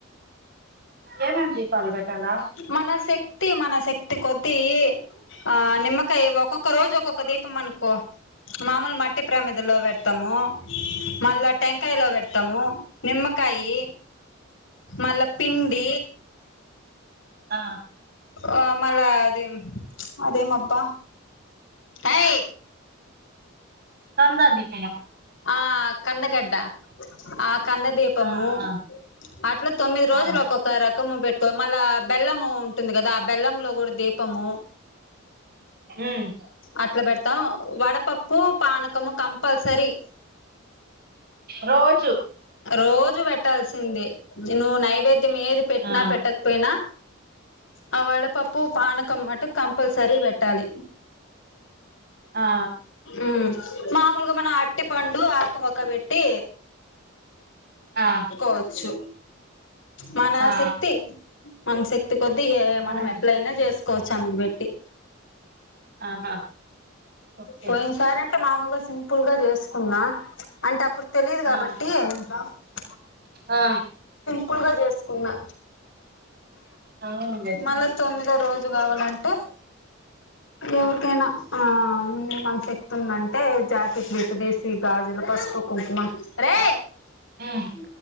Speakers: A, on the right; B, on the left.
A: ఏమేం దీపాలు పెట్టాలా
B: మన శక్తి మనశక్తి కొద్దీ ఆ నిమ్మ ఒక్కొక్క రోజు ఒక్కొక్క దీపం అనుకో మాముూలు మట్టి ప్రమిదలో పెడతాము మల్లా టెంకాయలో పెడతాము నిమ్మకాయి మళ్ళా పిండి
A: ఆ
B: ఆ మల్ల అది అదేం అబ్బా హాయి
A: కందా ద
B: ఆ కన్నగడ్డ ఆ కంద దీపము
A: ఆ ఆ
B: అట్లా తొమ్మిది రోజులు
A: ఆ
B: ఒక్కొక్క రకము పెట్టు మళ్ళా బెల్లం ఉంటుంది కదా బెల్లంలో కూడా దీపము
A: మ్
B: అట్లా పెడతాం వడపప్పు పానకము కంపల్సరి
A: రోజు
B: రోజు పెట్టాల్సిందే నువ్వు నైవేద్ ఏది పెట్టినా
A: ఆ
B: పెట్టకపోయినా ఆ వడపప్పు పానకం క కంపల్సరీ పెట్టాలి
A: ఆ
B: ఉ మా లుగా మనం అట్టి పండు ఆకు వక్క పెట్టి
A: ఆ
B: కోవచ్చు మన
A: ఆ
B: శక్తి మన శక్తి కొద్ద్దీ ఇగ మనం
A: అవును
B: ఎట్లయినా చేస్ కోచామేకి పెట్టి
A: ఆహా ఓకే
B: పోయినసారి అంటే మామూలుగా సింపుల్ గా చేసుకున్నా అంటే అప్పుడు తెలిదు కాబట్
A: ఆ
B: అ
A: ఆ
B: పులుగా చేసుకున్నా
A: అవునులే
B: మళ్ళా తొమ్మిదో రోజు కావాలంటే ఎవరికైనా
A: ఆ
B: ఆ మన శక్తుందంటే జాకెట్ విపదిసి గాజులు పసుపు కుంకుమ రే
A: మ్